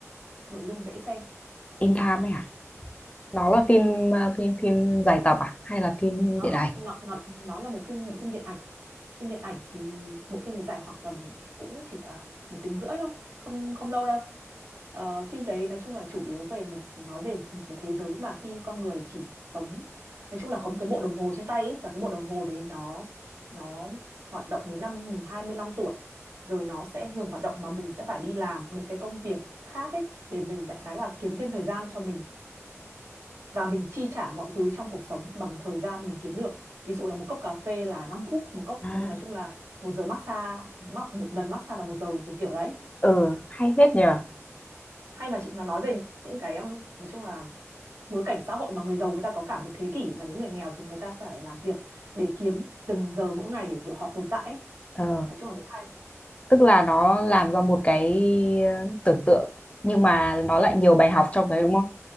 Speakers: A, on the right; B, on the left.
A: nội dung dễ xem
B: In Time ấy hả đó là phim à, phim phim dài tập à hay là phim
A: nó
B: điện
A: không
B: ảnh
A: nó nó nó là một phim bộ phim điện ảnh phim điện ảnh thì bộ phim này dài khoảng tầm cũng chỉ là một tiếng rưỡi thôi không không lâu đâu Ờ, phim đấy nói chung là chủ yếu về một nói về một cái thế giới mà khi con người chỉ sống nói chung là có một cái bộ đồng hồ trên tay ấy, và cái bộ đồng hồ đấy nó nó hoạt động đến năm mình 25 tuổi rồi nó sẽ ngừng hoạt động mà mình sẽ phải đi làm những cái công việc khác ấy để mình đại khái là kiếm thêm thời gian cho mình và mình chi trả mọi thứ trong cuộc sống bằng thời gian mình kiếm được ví dụ là một cốc cà phê là 5 phút một cốc
B: À,
A: nói chung là một giờ massage ma- một lần massage là một giờ kiểu kiểu đấy
B: ừ hay phết nhờ
A: hay mà chị nó nói về những cái um, nói chung là bối cảnh xã hội mà người giàu người ta có cả một thế kỷ mà những người nghèo thì người ta phải làm việc để kiếm từng giờ mỗi ngày để kiểu họ tồn tại ấy.
B: ờ
A: nói chung là rất hay
B: tức là nó làm ra một cái ờ, tưởng tượng nhưng mà nó lại nhiều bài học trong đấy đúng không